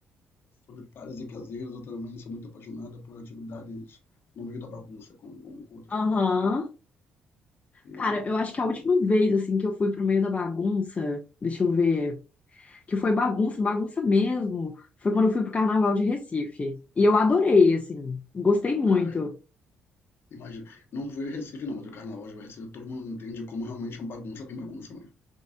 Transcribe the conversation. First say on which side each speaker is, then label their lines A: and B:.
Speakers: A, on the left; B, on the left.
A: solitárias e caseiras, eu também sou muito apaixonado por atividades no meio da bagunça com, com, com outras
B: Aham.
A: pessoas também. E,
B: Cara, eu acho que a
A: pô,
B: última vez, assim, que eu fui pro meio da bagunça, deixa eu ver, que foi bagunça, bagunça mesmo, foi quando eu fui pro Carnaval de Recife. E eu adorei, assim, gostei muito.
A: é, imagina, não foi Recife não, mas o carnaval de Recife todo mundo entende como realmente é uma bagunça bem bagunça mesmo.